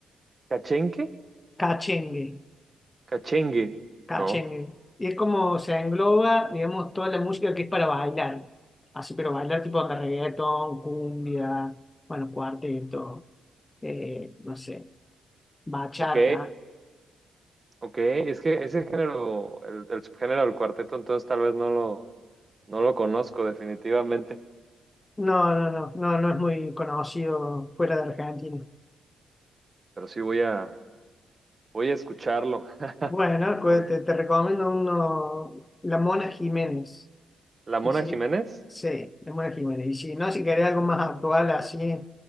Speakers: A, on the right (about 30°); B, on the left (about 20°).
A: ¿Cachenque?
B: Cachengue,
A: Cachengue.
B: cachengue.
A: No.
B: Y es como se engloba, digamos, toda la música que es para bailar. Así, pero bailar tipo de reggaetón, cumbia, bueno, cuarteto, eh, no sé bachata.
A: Ok, ok. Es que ese género, el, el subgénero del cuarteto, entonces tal vez no lo, no lo conozco definitivamente,
B: No, no, no, no, no es muy conocido fuera de Argentina.
A: pero sí voy a, voy a escucharlo. <laughs>
B: Bueno, cu-
A: Por,
B: te, te recomiendo uno, La Mona Jiménez.
A: la Mona
B: Y si,
A: Jiménez,
B: sí, La Mona Jiménez. Y si no, si querés algo más actual, así,